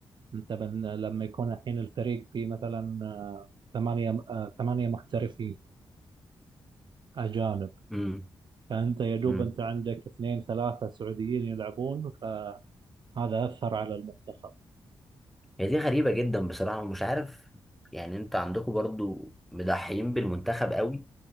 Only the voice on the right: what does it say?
انت من لما يكون الحين الفريق فيه مثلا آه، ثمانية آه، ثمانية محترفين أجانب
فأنت يا دوب
أنت عندك اثنين ثلاثة سعوديين يلعبون فهذا أثر على المنتخب